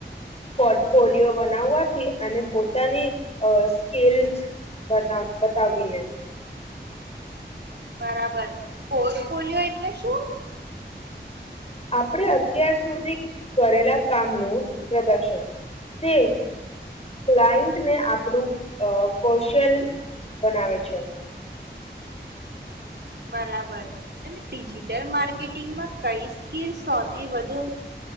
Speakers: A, on the left; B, on the right.
A: પોર્ટફોલિયો બનાવવાથી અને પોતાની અ સ્કીલ બના બતાવીને.
B: બરાબર, પોર્ટ પોલિયો એટલે શું?
A: આપણે અત્યાર સુધી કરેલા કામનું પ્રદર્શન, તે ક્લાયન્ટને આપણું અ કૌશલ બનાવે છે.
B: બરાબર, અને ડિજિટલ માર્કેટિંગમાં કઈ સ્કીલ સૌથી વધુ